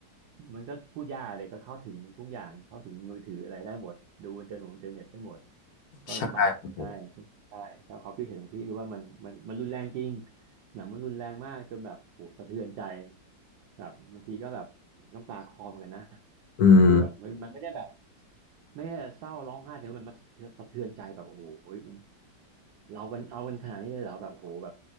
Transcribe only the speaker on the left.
ใช่ครับผม
อืม